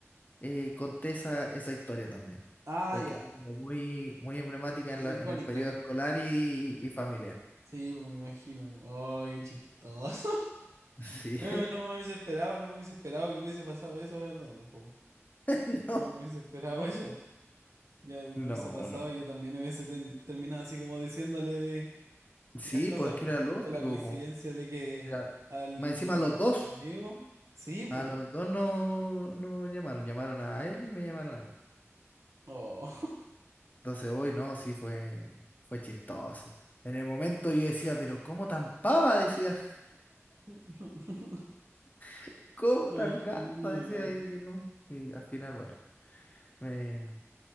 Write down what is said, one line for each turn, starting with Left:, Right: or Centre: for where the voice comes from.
Left: eh, conté esa, esa historia también,
Right: Ah,
Left: porque
Right: ya.
Left: fue como muy, muy emblemática
Right: I-
Left: en la,
Right: Icónica.
Left: en el periodo escolar y, y familiar.
Right: Sí, pues, me imagino. Ay, qué chistoso. <laughs>
Left: Sí,
Right: Bueno, no me hubiese esperado, no me hubiese esperado que hubiese pasado eso, la verdad, tampoco.
Left: <laughs> no,
Right: No me hubiese esperado <laughs> eso. Ya me
Left: no,
Right: hubiese pasado
Left: no.
Right: y yo también hubiese ten- terminado así como diciéndole de
Left: Sí,
Right: las cosas,
Left: porque
Right: pues
Left: era lógico,
Right: justo la coincidencia
Left: po.
Right: de que
Left: Era-
Right: al
Left: Más encima los dos,
Right: a tu amigo. Sí, pues.
Left: a los dos no, no llamaron, llamaron a él y me llamaron a mí.
Right: Oh.
Left: Entonces hoy no, sí fue, fue chistoso. En el momento yo decía, pero ¿cómo tan pava? Decía,
Right: <laughs>
Left: <laughs> ¿cómo
Right: Me
Left: tan gata?
Right: imagino.
Left: Decía y que no. Y al final, bueno, me,